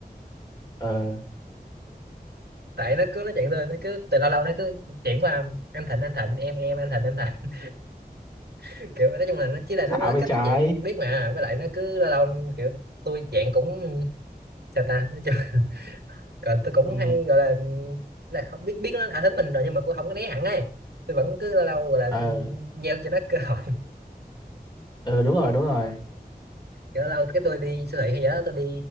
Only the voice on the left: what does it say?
ờ
thả
về
trái
ừ
ờ
ừ đúng rồi đúng rồi